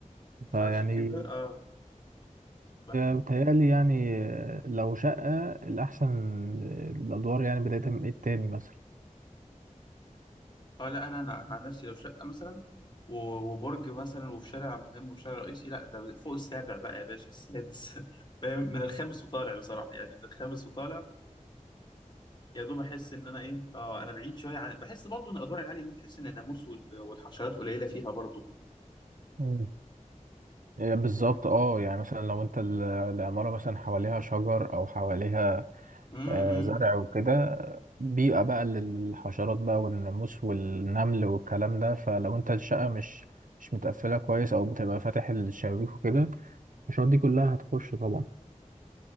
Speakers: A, on the left; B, on the right.
A: فعشان
B: فيعني
A: كده اه بح...
B: بتهيألي يعني لو شقة الأحسن الأدوار يعني بداية من التاني مثلا
A: اه لا انا انا أنا عن نفسي لو شقه مثلا و- وبرج مثلا وفي شارع مهم وشارع رئيسي لا ده فوق السابع بقى يا باشا السادس <laughs> فاهم من الخامس وطالع بصراحه يعني من الخامس وطالع يا دوب احس ان انا ايه اه انا بعيد شويه عن بحس برضه ان الادوار العاليه دي تحس ان الناموس وال- والحشرات قليله فيها برضه
B: مم. إيه بالظبط اه يعني مثلا لو انت ال- العمارة مثلا حواليها شجر او حواليها
A: إمم،
B: آه،
A: إمم.
B: زرع وكده بيئة بقى للحشرات بقى والناموس والنمل والكلام ده فلو انت الشقة مش مش متقفلة كويس او بتبقى فاتح الشبابيك وكده الحشرات دي كلها هتخش طبعا